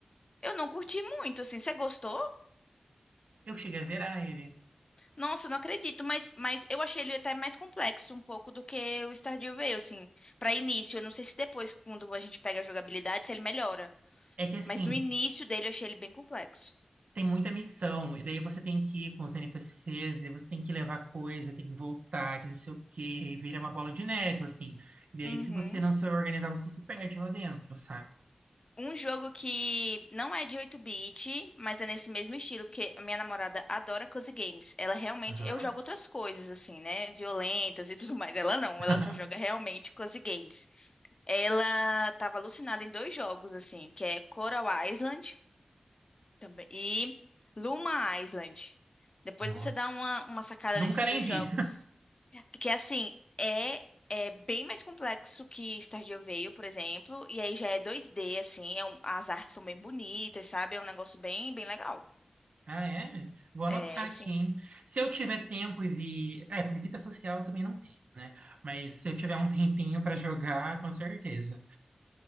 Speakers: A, on the left; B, on the right.
A: Eu não curti muito, assim. Você gostou?
B: Eu cheguei a zerar ele.
A: Nossa, eu não acredito, mas, mas eu achei ele até mais complexo um pouco do que o Stardew Valley, assim. Pra início, eu não sei se depois, quando a gente pega a jogabilidade, se ele melhora.
B: É que assim,
A: Mas no início dele eu achei ele bem complexo.
B: tem muita missão, e daí você tem que ir com os NPCs, e daí você tem que levar coisa, tem que voltar, que não sei o quê, e vira uma bola de neve, assim. E daí,
A: Uhum.
B: se você não se organizar, você se perde lá dentro, sabe?
A: Um jogo que não é de oito bit mas é nesse mesmo estilo, porque a minha namorada adora cozy games. Ela realmente.
B: Aham.
A: Eu jogo outras coisas, assim, né? Violentas e tudo mais. Ela não,
B: <laughs>
A: ela só joga realmente cozy games. Ela tava alucinada em dois jogos, assim, que é Coral Island também, e Luma Island. Depois
B: Nossa.
A: você dá uma, uma sacada
B: Nunca
A: nesses
B: nem
A: dois
B: vi.
A: jogos. Porque assim, é é bem mais complexo que Stardew Valley, por exemplo, e aí já é dois d assim, é um- as artes são bem bonitas, sabe? É um negócio bem bem legal.
B: Ah, é? Vou anotar
A: É,
B: aqui,
A: sim.
B: hein? Se eu tiver tempo e vi. É, porque fita social eu também não tenho, né? Mas se eu tiver um tempinho pra jogar, com certeza.